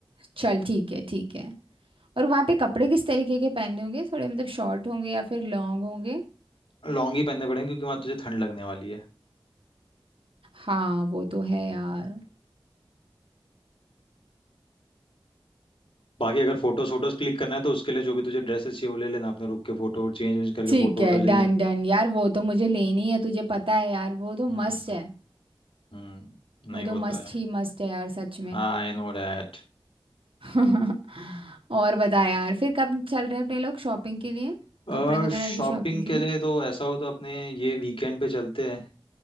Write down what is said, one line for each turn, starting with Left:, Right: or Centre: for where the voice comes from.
Right: चल ठीक है ठीक है और वहाँ पे कपड़े किस तरीके के पहनने होंगे थोड़े मतलब शॉर्ट होंगे या फिर लॉन्ग होंगे
Left: लॉन्ग ही पहनने पड़ेंगे क्योंकि वहां तुझे ठंड लगने वाली है
Right: हाँ वो तो है यार
Left: बाकी अगर फोटोज फोटोज क्लिक करना है तो उसके लिए जो भी तुझे ड्रेसेस चाहिए वो ले लेना अपने रुक के फोटो चेंज वेंज करके
Right: ठीक
Left: फोटो वोटो
Right: है
Left: ले
Right: डन
Left: लें
Right: डन यार वो तो मुझे लेनी है तुझे पता है यार वो तो
Left: हम्म
Right: मस्त
Left: हम्म
Right: है
Left: हम्म, नहीं
Right: वो तो
Left: वो तो
Right: मस्त
Left: है
Right: ही मस्त है यार सच में
Left: हाँ आई नो डैट
Right: <laughs> और बता यार फिर कब चल रहे हैं अपने लोग शॉपिंग के लिए कपड़े
Left: और
Right: वगैरह
Left: शॉपिंग
Right: की शॉपिंग के
Left: के
Right: लिए
Left: लिए तो ऐसा हो तो अपने ये वीकेंड पे चलते हैं